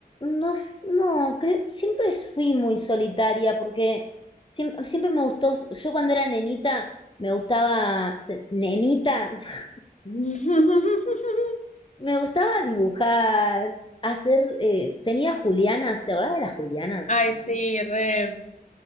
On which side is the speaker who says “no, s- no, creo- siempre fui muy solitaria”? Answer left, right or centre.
Left